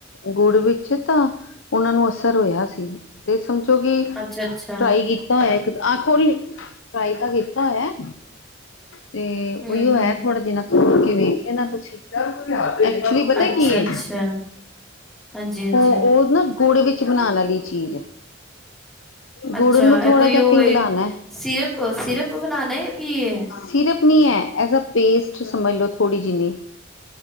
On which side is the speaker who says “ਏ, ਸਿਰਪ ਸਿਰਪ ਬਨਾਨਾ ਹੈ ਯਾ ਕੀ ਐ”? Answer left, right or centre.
Centre